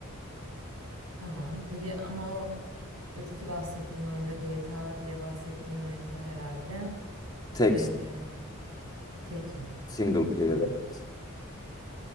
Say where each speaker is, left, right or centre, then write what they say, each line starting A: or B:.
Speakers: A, on the right; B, on the left.
A: Tamam. Peki ama o öteki bahsettiğin oyunda GTA diye bahsettiğin oyunda herhalde
B: Tek
A: ee, tekim.
B: single player.
A: Tamam.
B: evet.